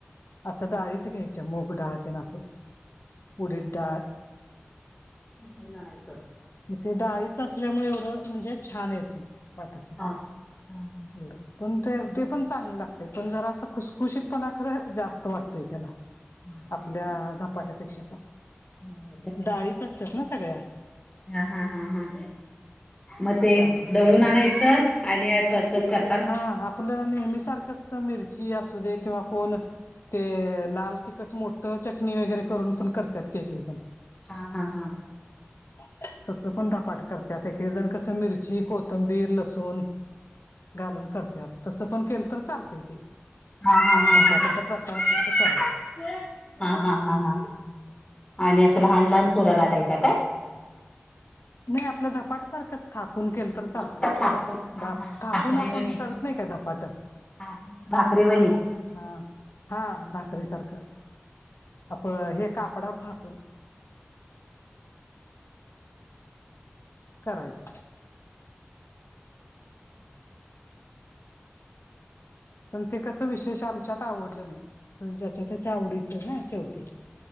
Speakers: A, on the left; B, on the left.
A: असं डाळीच घ्यायची. त्या मूग डाळ अस ऊडीत डाळ.
B: दळून आणायचं.
A: मग ते डाळीच असल्यामुळे एवढं म्हणजे छान येते. वाटत नाही
B: हा हा हा.
A: एवढ पण ते
B: म्हणजे
A: ते पण चांगल लागते पण जरा असं खुशखुशीत पणा खरं जा वाटतोय त्याला,
B: असंय
A: आपल्या
B: काय
A: धपाट्या पेक्षा पण
B: मग
A: डाळीच असत्यात ना सगळ्या.
B: हा-हा-हा-हा. मग ते
A: त्यामुळं
B: दळून आणायचं आणि कसं कर
A: हं आपलं नेहमी सारखंच, मिरची असू दे किंवा कोण ते लाल तिखट मोठं चटणी वगैरे करून पण करत्यात, काही-काही जण.
B: हा-हा-हा.
A: <inaudible> तसं पण धपाट करतात काही जण कसं मिरची, कोथंबीर, लसूण घालून करत्यात, तसं पण केल तर चालतय ते.
B: हा-हा-हा-हा.
A: धपाट्याच्या प्रकारासारखं
B: <unintelligible>
A: करायचं
B: हा-हा-हा-हा, आणि असं लहान-लहान पुऱ्या लाटायच्याय काय?
A: नाही आपलं धपाट सारखंच थापून केल तर चालतय
B: मोठा थापून
A: असं
B: हा
A: धा
B: हा
A: थापून
B: भाकरीवणी
A: आपण करत नाही काय धपाट.
B: हा भाकरीे वली.
A: हां. हा, भाकरीसारखं आप हे कापडावर थापून. करायचं. पण ते कसं विशेष आमच्यात आवडलं नाही. ज्याच्या- त्याच्या आवडीचं ना शेवटी.